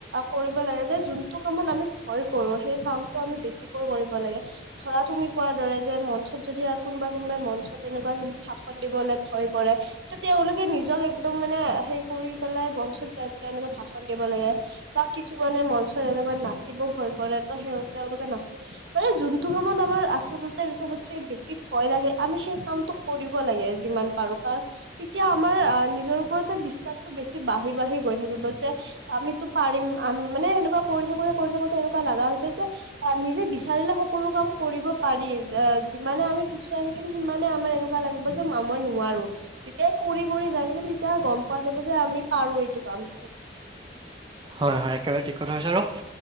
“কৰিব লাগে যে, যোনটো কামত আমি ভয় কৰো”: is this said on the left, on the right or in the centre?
Right